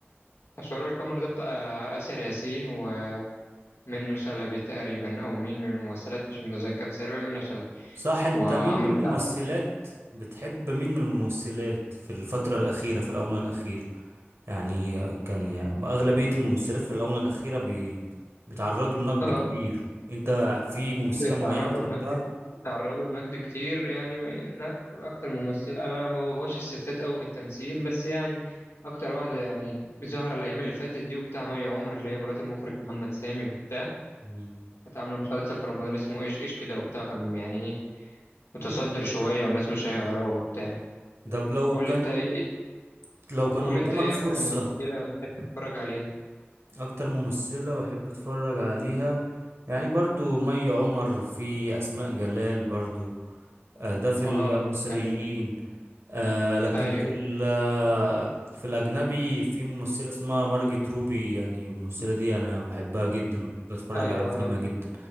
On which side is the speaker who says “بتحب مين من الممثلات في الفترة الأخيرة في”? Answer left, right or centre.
Right